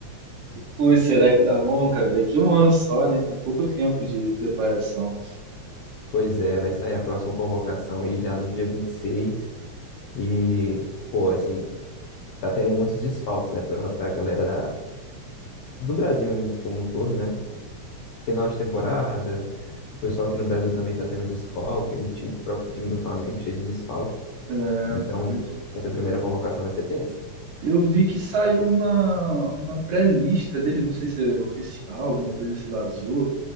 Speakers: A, on the right; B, on the left.
A: Ui, será que dá bom, cara? Daqui a um ano só, né? Tem pouco tempo de preparação.
B: Pois é, vai sair a próxima convocação aí já no dia 26 e, seis e, pô, assim, tá tendo muitos desfalques, né, pra, pra galera da, do Brasil em- como um todo, né? Final de temporada, o pessoal aqui no Brasil também tá tendo desfalque, o time- o próprio time do Flamengo cheio de desfalque.
A: É,
B: Então,
A: pois é.
B: essa primeira convocação vai ser tensa.
A: eu vi que saiu uma, uma pré-lista dele, não sei se é oficial, alguma coisa se vazou,